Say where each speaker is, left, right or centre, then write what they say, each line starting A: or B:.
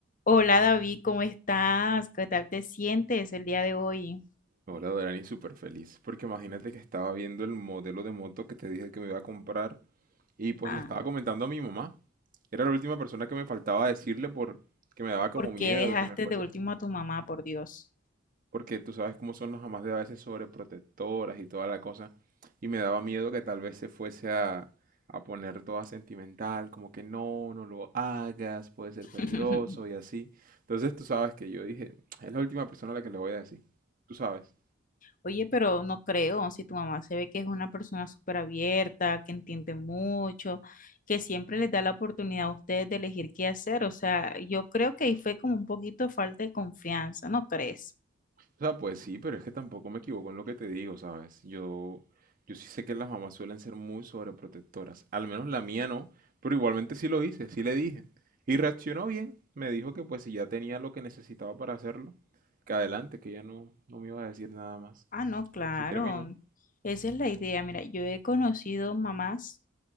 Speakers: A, on the left (about 40°); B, on the right (about 45°).
A: Hola David, ¿cómo estás? ¿Qué tal te sientes el día de hoy?
B: Hola Dorani, súper feliz, porque imagínate que estaba viendo el modelo de moto que te dije que me iba a comprar y pues
A: Ah,
B: le estaba comentando a mi mamá. Era la última persona que me faltaba decirle por que me daba como
A: ¿por
B: miedo
A: qué dejaste
B: que me fuese,
A: de último a tu mamá, por Dios?
B: porque tú sabes cómo son las mamás de a veces sobreprotectoras y toda la cosa, y me daba miedo que tal vez se fuese a, a poner toda sentimental, como que no, no lo hagas, puede ser
A: <laughs>
B: peligroso y así. Entonces tú sabes que yo dije, es la última persona a la que le voy a decir, tú sabes.
A: Oye, pero no creo, si tu mamá se ve que es una persona súper abierta, que entiende mucho, que siempre les da la oportunidad a ustedes de elegir qué hacer, o sea, yo creo que ahí fue como un poquito falta de confianza, ¿no crees?
B: O sea, pues sí, pero es que tampoco me equivoco en lo que te digo, ¿sabes? Yo, yo sí sé que las mamás suelen ser muy sobreprotectoras. Al menos la mía no, pero igualmente sí lo hice, sí le dije. Y reaccionó bien. Me dijo que pues si ya tenía lo que necesitaba para hacerlo, que adelante, que ya no, no me iba a decir nada más.
A: Ah, no, claro,
B: Y así terminó.
A: esa es la idea. Mira, yo he conocido mamás.